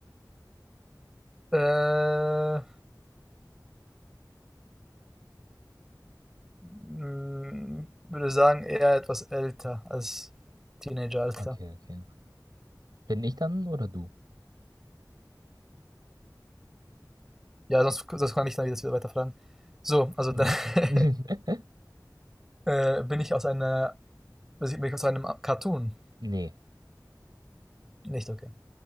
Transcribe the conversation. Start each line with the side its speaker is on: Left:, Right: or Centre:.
Centre: Äh, Mm, würde sagen, eher etwas älter als Teenageralter.
Right: Okay, okay. Bin ich dann oder du?
Centre: Ja, sonst, sonst kann ich dann wieder wieder weiterfragen. So, also
Right: Mhm.
Centre: dann
Right: <laughs>
Centre: <laughs> äh, bin ich aus einer, bin ich aus einem Cartoon.
Right: Nee.
Centre: Nicht okay.